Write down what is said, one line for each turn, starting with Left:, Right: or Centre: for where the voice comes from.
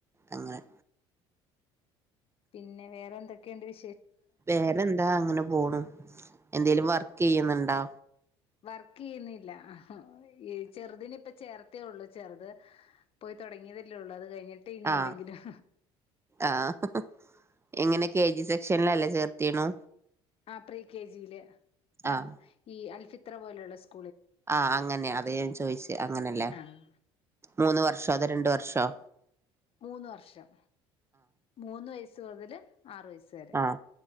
Right: അങ്ങനെ
Left: പിന്നെ വേറെന്തൊക്കെയുണ്ട് വി
Right: വേറെന്താ അങ്ങനെ പോണ് എന്തേലും വർക്ക് ചെയ്യുന്നുണ്ടോ.
Left: വർക്ക് ചെയ്യുന്നില്ല ഈ ചെറുതിനെ ഇപ്പ ചേർത്തേ ഉള്ളു ചെറുത് പോയി തുടങ്ങിയതല്ലേ ഉള്ളൂ. കഴിഞ്ഞിട്ട് ഇനി
Right: ആഹ്
Left: എന്തെങ്കിലും
Right: ആഹ് എങ്ങനെ കെ ജി സെക്ഷനിലല്ലേ ചേർത്തിയേണു
Left: ആ പ്രീ കെജിയില് നം
Right: ആഹ്
Left: ഈ അൽഫിത്ര പോലെയുള്ള സ്കൂ
Right: ആഹ് അങ്ങനെ അതേ ഞാൻ ചോദിച്ച അങ്ങനെയല്ലേ.
Left: ആഹ്
Right: മൂന്ന് വർഷവോ അതോ രണ്ട് വർഷവോ.
Left: മൂന്ന് വർഷം മൂന്ന് വയസ്സ് മുതല്. ആറ് വയസ്സ് വരെ
Right: ആഹ